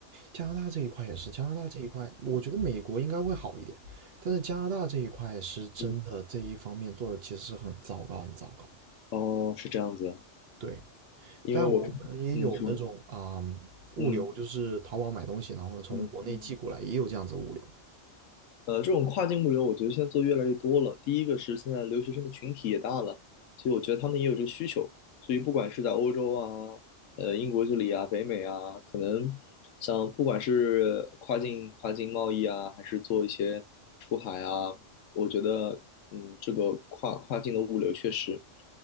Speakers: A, on the right; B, on the left.
A: 加拿大这一块也是，加拿大这一块，我觉得美国应该会好一点，但是加拿大这一块是真的这一方面做的其实是很糟糕，
B: 嗯，
A: 很糟糕。
B: 哦，是这样子啊
A: 对，
B: 因为我看，
A: 但我们也有那种啊、
B: 嗯，说，
A: 物流，
B: 嗯
A: 就是淘宝买东西，然后呢从国内寄过来，
B: 嗯嗯。
A: 也有这样子的物流。
B: 呃，这种跨境物流，我觉得现在做越来越多了。第一个是现在留学生的群体也大了，其实我觉得他们也有这个需求。所以不管是在欧洲啊、呃英国这里啊、北美啊，可能像不管是跨境跨境贸易啊，还是做一些出海啊，我觉得嗯，这个跨跨境的物流确实